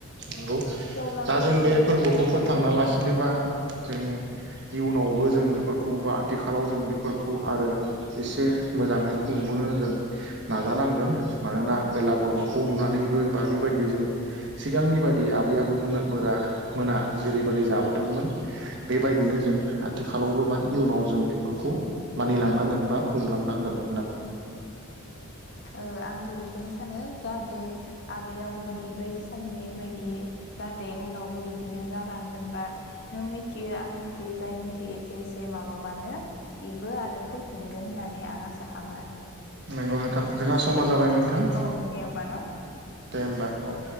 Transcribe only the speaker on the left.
थेवब्लाबो
जोङो
जायफोर
औ
औ आंबोै इखो बेखोनो सानो जाहाथे आबै आबौनि बै सम नि बायदि जाहाथे उनावबो बिदिनो जालांगोन बा नों मिथियो आं मिथियो जाय मिथियो एसे एसे माबाबानो बेबो आरो फैफिनगोन होननानै आं आसा खामो आरो
औ दे होमबा न'